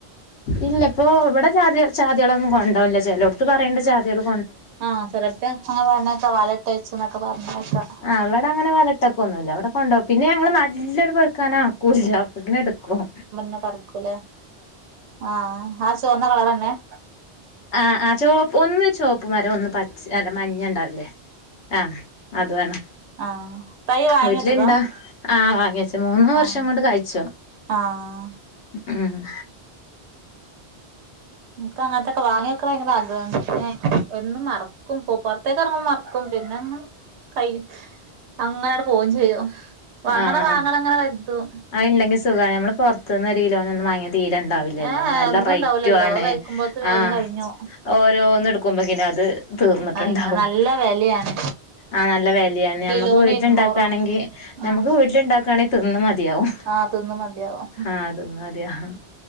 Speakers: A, on the left; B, on the right.
A: ഇല്ല ഇപ്പൊ ഇവിടെ ചാതി ചാതികളൊന്നും കൊണ്ടോവണില്ലാ ചെലോടുത്ത് പറയിണ്ട് ചാതിയേള്
B: ആഹ് ചെലട്ത്ത് അങ്ങനെ പറണേക്കാ വല ഇട്ട് വെച്ച്ന്നൊക്കെ പറെണെക്കാ
A: ആഹ് ഇവടെ അങ്ങനെ വലട്ടൊക്കൊന്നുല്ലാ ഇവിടെ കൊണ്ടോ പിന്നെ ഞങ്ങള് നല്ലണം പഴുക്കാനാവുമ്പോ ക്കൂല്ലാ അപ്പോത്തിന്‌ എടുക്കും
B: ആഹ് പറിക്കും ലേ ആഹ് ആ ചോന്ന കളറെന്നെയാ
A: ആഹ് ആഹ് ചോ ഒന്ന് ചോപ്പ് മരം ഒന്ന് പച്ച് ച്ച അല്ല മഞ്ഞ ഇണ്ടാവില്ലേ ആഹ് അതും ആണ്
B: ആഹ് തൈ വാങ്ങി
A: വീട്ടിൽ
B: വെച്ചതാ
A: ഇണ്ടോ ആഹ് വാങ്ങി വെച്ചു മൂന്നൂ വർഷം
B: ആഹ്
A: കൊണ്ട് കായിച്ചു
B: ആഹ്
A: ഉം
B: ഇൻക്ക് അങ്ങൻത്തൊക്കെ വാങ്ങി വെക്കണ ഭയങ്കര ആഗ്രഹാണ് പിന്നെ എന്നും മറക്കും പൊ പൊറത്തേക്ക് എറങ്ങ്മ്പോ മറക്കും ക്കും പിന്നങ്ങ് കയ്യും അങ്ങനെ ആട് പോവും ചെയ്യും വാങ്ങണ
A: ആഹ്
B: വാങ്ങണ അങ്ങനെ കരുതും
A: അത് ഇണ്ടെങ്കി സുഖാ ഞമ്മള് പൊറത്ത്ന്ന് ഒരു കിലോനൊന്നും വാങ്ങിയാ തീരെണ്ടാവില്ലല്ലോ
B: ഏ
A: നല്ല
B: ഒന്നും
A: റൈയ്റ്റു
B: ഉണ്ടാവൂലല്ലോ
A: ആണ്
B: അത് കഴിക്കുമ്പോത്ത് വേഗം
A: ആഹ്
B: കഴിഞ്ഞു
A: ഓരോന്ന് എടുക്കുമ്പോക്കിനും അത് തീർന്നിട്ടുണ്ടാവും
B: കഴിഞ്ഞു നല്ല വിലയാണ്
A: ആഹ് നല്ല വെലയാണ് ഞമ്മക്ക്
B: കിലോന്
A: വീട്ടില്
B: ഇരുന്നൂറോ
A: ഇണ്ടാക്കാണെങ്കി ഞമ്മക്ക്
B: ഉം
A: വീട്ടിലിണ്ടാക്കാണെങ്കി തിന്ന് മട് തിയാവും
B: ആ തിന്ന് മതിയാവും
A: ആഹ് തിന്ന് മതിയാവും